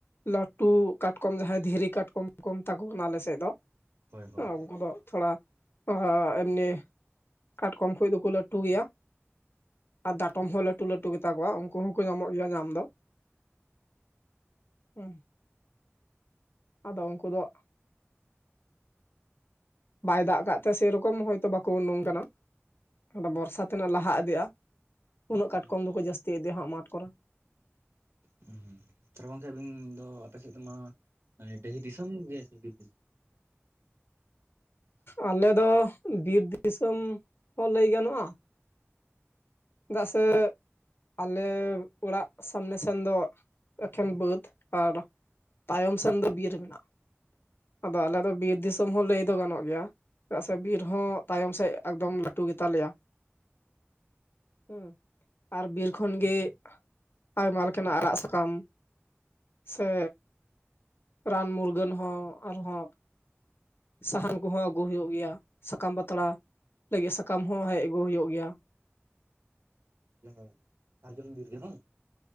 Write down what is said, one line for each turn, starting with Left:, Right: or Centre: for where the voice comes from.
Left: ᱞᱟᱺᱴᱩ ᱠᱟᱴᱠᱚᱢ ᱡᱟᱦᱟᱸᱭ ᱫᱷᱤᱨᱤ ᱠᱟᱴᱠᱚᱢ ᱠᱚ ᱢᱮᱛᱟ ᱠᱚ ᱠᱟᱱᱟ ᱟᱞᱮᱥᱮᱫ ᱫᱚ
Right: ᱦᱳᱭ ᱦᱳᱭ
Left: ᱦᱟᱸ ᱩᱱᱠᱩ ᱫᱚ ᱛᱷᱚᱲᱟ ᱦᱟ ᱮᱢᱱᱤ ᱠᱟᱴᱠᱚᱢ ᱠᱷᱚᱱ ᱫᱚᱠᱚ ᱞᱟᱹᱴᱩ ᱜᱮᱭᱟ᱾ ᱟᱨ ᱰᱟᱴᱚᱢ ᱦᱚᱸ ᱞᱟᱹᱴᱩ ᱞᱟᱹᱴᱩ ᱜᱮᱛᱟ ᱠᱚᱣᱟ, ᱩᱱᱠᱩ ᱦᱚᱸᱠᱚ ᱧᱟᱢᱚᱜ ᱜᱮᱭᱟ ᱧᱟᱢ ᱫᱚ ᱦᱮᱸ ᱟᱫᱚ ᱩᱝᱠᱩ ᱫᱚ ᱵᱟᱭ ᱫᱟᱜ ᱠᱟᱜ ᱛᱮ ᱥᱮᱭᱨᱚᱠᱚᱢ ᱦᱭᱛᱚ ᱵᱟᱠᱚ ᱩᱰᱩᱝ ᱠᱟᱱᱟ, ᱟᱫᱚ ᱵᱚᱨᱥᱟ ᱛᱤᱱᱟᱹᱜ ᱞᱟᱦᱟ ᱤᱫᱤᱜᱼᱟ ᱩᱱᱟᱹᱜ ᱠᱟᱴᱠᱚᱢ
Right: ᱦᱩᱸ
Left: ᱫᱚᱠᱚ ᱡᱟᱹᱥᱛᱤ ᱤᱫᱤᱜ ᱦᱟᱸᱜ ᱢᱟᱴᱷ ᱠᱚᱨᱮ᱾
Right: ᱦᱩᱸ ᱛᱟᱦᱚᱞᱮ ᱜᱚᱝᱠᱮ ᱟᱵᱤᱱ ᱫᱚ ᱟᱯᱮ ᱥᱮᱫ ᱢᱟ ᱮ ᱰᱟᱹᱦᱤ ᱫᱤᱥᱚᱢ ᱜᱮ ᱥᱮ ᱵᱤᱨ ᱫᱤᱥᱚᱢ?
Left: ᱟᱞᱮ ᱫᱚ ᱵᱤᱨ ᱫᱤᱥᱚᱢ ᱦᱚᱸ ᱞᱟᱹᱭ ᱜᱟᱱᱚᱜᱼᱟ ᱫᱟᱜ ᱥᱮᱜ ᱟᱞᱮ ᱚᱲᱟᱜ ᱥᱟᱢᱱᱮ ᱥᱮᱱ ᱫᱚ ᱮᱠᱷᱮᱱ ᱵᱟᱹᱫᱽ ᱟᱲ ᱛᱟᱭᱚᱢ ᱥᱮᱱ ᱫᱚ ᱵᱤᱨ ᱢᱮᱱᱟᱜᱼᱟ ᱟᱫᱚ ᱟᱞᱮ ᱫᱚ ᱵᱤᱨ ᱫᱤᱥᱚᱢ ᱦᱚᱸ ᱞᱟᱹᱭ ᱫᱚ ᱜᱟᱱᱚᱜ ᱜᱮᱭᱟ᱾ ᱪᱮᱫᱟᱜ ᱥᱮ ᱵᱤᱨ ᱦᱚᱸ ᱛᱟᱭᱚᱢ ᱥᱮᱫ ᱮᱠᱫᱚᱢ ᱞᱟᱺᱴᱩ ᱜᱮᱛᱟᱞᱮᱭᱟ᱾ ᱦᱮᱸ ᱟᱨ ᱵᱤᱨ ᱠᱷᱚᱱ ᱜᱮ ᱟᱭᱢᱟ ᱞᱮᱠᱟᱱᱟᱜ ᱟᱲᱟᱜ ᱥᱟᱠᱟᱢ ᱥᱮ ᱨᱟᱱ ᱢᱩᱨᱜᱟᱹᱱ ᱦᱚᱸ ᱟᱨ ᱦᱚᱸ ᱥᱟᱦᱟᱱ ᱠᱚᱦᱚᱸ ᱟᱹᱜᱩ ᱦᱩᱭᱩᱜ ᱜᱮᱭᱟ ᱥᱟᱠᱟᱢ ᱯᱟᱛᱲᱟ ᱞᱟᱹᱜᱤᱡ ᱥᱟᱠᱟᱢ ᱦᱚᱸ ᱦᱮᱡᱽ ᱟᱹᱜᱩ ᱦᱳᱭᱳᱜ ᱜᱮᱭᱟ᱾
Right: ᱞᱮᱜᱟ ᱥᱟᱨᱡᱚᱢ ᱵᱤᱨ ᱜᱮ ᱵᱟᱝ?